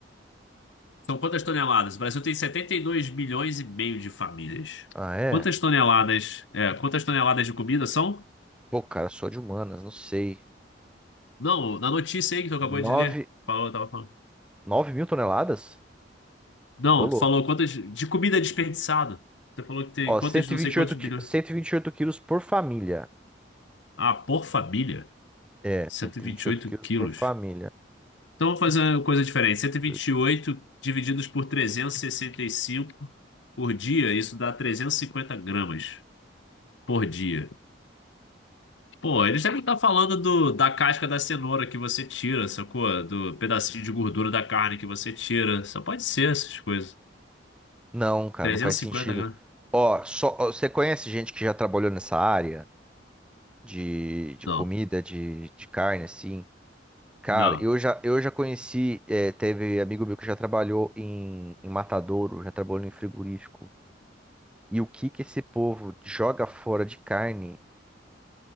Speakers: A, on the left; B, in the centre.
A: São quantas toneladas? O Brasil tem 72 milhões e meio de famílias.
B: Ah, é?
A: Quantas toneladas? É, quantas toneladas de comida são?
B: Pô, cara, sou de humanas, não sei.
A: Não, na notícia aí que tu acabou
B: 9
A: de ler. Falou, tava falando.
B: 9 mil toneladas?
A: Não,
B: Ô, louco.
A: tu falou quantas. De comida desperdiçada. tu falou que tem
B: Ó,
A: quantas,
B: 128,
A: não sei quantos
B: qui-
A: bilhões.
B: 128 quilos por família.
A: Ah, por família?
B: É,
A: cento
B: cento
A: e e vinte
B: e e vinte e
A: e
B: oito
A: oito
B: quilos
A: quilos.
B: por família.
A: Então, vamos fazer uma coisa diferente. Cento e e vinte
B: 28.
A: e oito divididos por trezentos e e sessenta e cinco por dia, isso dá 350 gramas por dia. Pô, eles devem estar falando do, da casca da cenoura que você tira, sacou? Do pedacinho de gordura da carne que você tira. Só pode ser essas coisas.
B: Não, cara,
A: Trezentos
B: não faz sentido.
A: e cinquenta gramas.
B: Ó, só, ó, você conhece gente que já trabalhou nessa área de, de
A: Não,
B: comida, de, de carne, assim? Cara,
A: não.
B: eu já, eu já conheci, é, teve amigo meu que já trabalhou em, em matadouro, já trabalhou em frigorífico. E o que que esse povo joga fora de carne